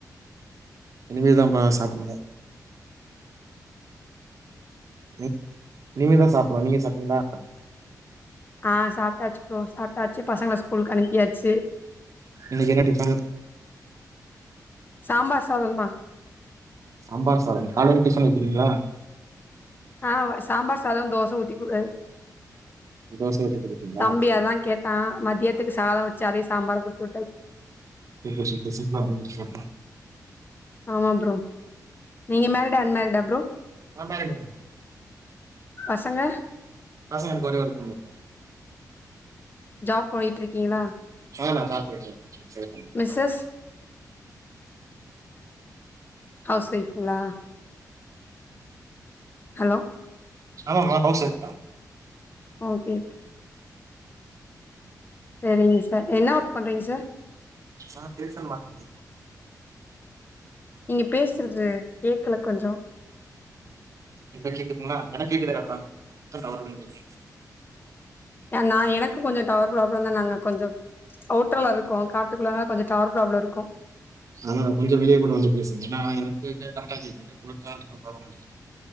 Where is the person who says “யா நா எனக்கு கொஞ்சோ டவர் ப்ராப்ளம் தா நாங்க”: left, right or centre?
Left